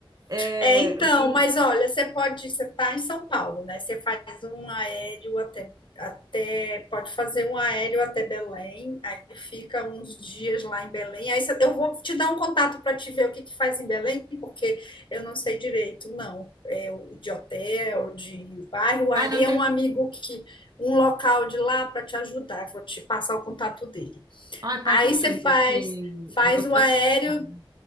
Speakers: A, on the right (about 45°); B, on the left (about 60°).
A: É,
B: É, então,
A: o que,
B: mas olha, você pode, você está em São Paulo, né? Você faz um aéreo até, até, pode fazer um aéreo até Belém, aí fica uns dias lá em Belém. Aí você- eu vou te dar um contato para te ver o que que faz em Belém, porque eu não sei direito, não. É o- de hotel, de bairro. Aí
A: ai, não
B: é
A: tem
B: um amigo
A: que,
B: que, um local de lá para te ajudar. Eu Vou te passar o contato dele.
A: ai, passa
B: Aí
A: assim,
B: você
A: porque
B: faz, faz
A: eu
B: o
A: tô
B: aéreo
A: interessada.